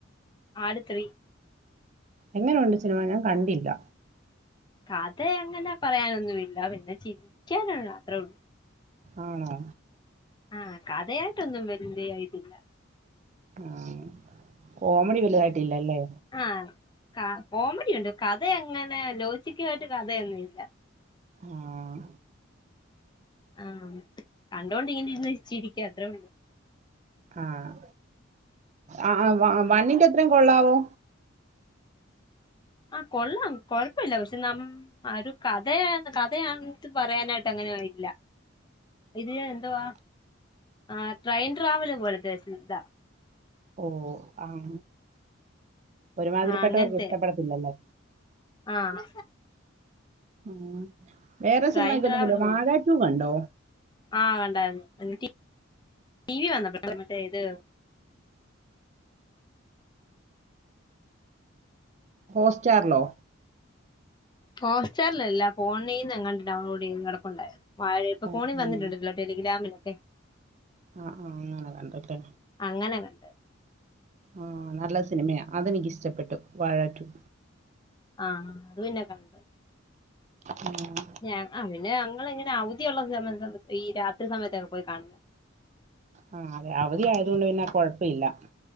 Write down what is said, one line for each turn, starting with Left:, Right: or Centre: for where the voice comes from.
Left: ആട് ത്രീ
Right: എങ്ങന ഒണ്ട് സിനിമ ഞാൻ കണ്ടില്ല
Left: കഥ അങ്ങനെ പറയാനൊന്നുഇല്ല പിന്നെ ചിരിക്കാനുള്ള അത്രേ ഉള്ളൂ
Right: ആണോ
Left: ആഹ് കഥയായിട്ടൊന്നും വേലിയ ഇതില്ല
Right: ആഹ് കോമഡി വലുതായിട്ടില്ലല്ലേ
Left: ആഹ് ക കോമഡിയുണ്ട് കഥ അങ്ങനെ ലോചിക്കായിട്ട് കഥയൊന്നും ഇല്ല
Right: ആഹ്
Left: ആഹ് കണ്ടോണ്ടിങ്ങനെ ഇരുന്ന് ചിരിക്ക അത്രേ ഉള്ളൂ
Right: ആഹ് ആഹ് വ
Left: ആ
Right: വണ്ണിന്റെ അത്രം കൊള്ളാവോ
Left: ആഹ് കൊള്ളാം കൊഴപ്പില്ല പക്ഷെ നമ്മ ആഹ് ഒരു കഥയണ് കഥയാട്ട് പറയാനായിട്ട് അങ്ങനെഇല്ല ഇത് എന്തുവാ ആ ട്രൈയ്ൻ ട്രാവല് പോലത്തെ ഇതാ
Right: ഓഹ് ആഹ് ഒരുമാതിരിപ്പെട്ടവർക്ക്
Left: ആഹ് അങ്ങനത്തെ
Right: ഇഷ്ടപ്പെടത്തില്ലല്ലേ
Left: ആഹ്
Right: <unintelligible> വേറെ
Left: ട്രെയിൻ
Right: സിനിമയ്ക്ക്
Left: ട്രാവല്
Right: ഒന്നുമില്ല വാഴ
Left: പോലെ
Right: റ്റു കണ്ടോ
Left: ആഹ് കണ്ടാര്ന്നു <unintelligible> ടി വി വന്നപ്പോ മറ്റെ ഇത്
Right: ഹോസ്റ്റാറിലോ
Left: ഹോസ്റ്റാറില് അല്ല ഫോണിന്ന് എങ്ങാണ്ട് ഡൗൺലോഡ് ചെയ്ത് കെടാപ്പണ്ടോര്ന്ന് വാഴ ഇപ്പ
Right: ഓ,
Left: ഫോണി വന്നിട്ട്
Right: ഉം.
Left: ഒണ്ടാല്ലോ ടെലിഗ്രാമിലൊക്കെ.
Right: ആഹ് ആഹ് അങ്ങനെ കണ്ട്ട്ട്.
Left: അങ്ങനെ കണ്ട്.
Right: ആഹ് നല്ല സിനിമയാ. അത് നിക്ക് ഇഷ്ടപ്പെട്ടു. വാഴാ റ്റൂ.
Left: ആഹ് അത് പിന്നെ കണ്ട്.
Right: ഉം.
Left: ഞ ആഹ് പിന്നെ ഞങ്ങള് ങ്ങനെ അവധിയോള്ള സമയ ഈ രാത്രി സമയത്തൊക്കെ പോയി കാണും.
Right: ആഹ് അതെ. അവധി ആയാതൊണ്ട് പിന്നെ കൊയപ്പില്ലാ.